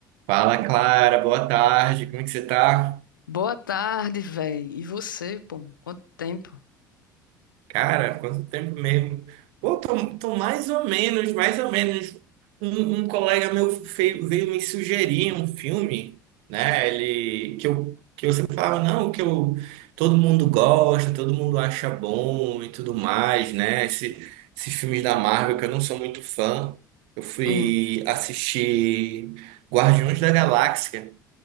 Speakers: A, on the right; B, on the left.
A: Fala, Clara, boa tarde, como é que você tá?
B: Boa tarde, véi. E você, pô? Quanto tempo?
A: Cara, quanto tempo mesmo? Pô, tô, tô mais ou menos, mais ou menos. Um, um colega meu feio- veio me sugerir um filme, né? Ele, que eu, eu falava, não, que eu, todo mundo gosta, todo mundo acha bom e tudo mais, né? Esse, esses filmes da Marvel que eu não sou muito fã. Eu fui
B: Hum,
A: assistir Guardiões da Galáxia,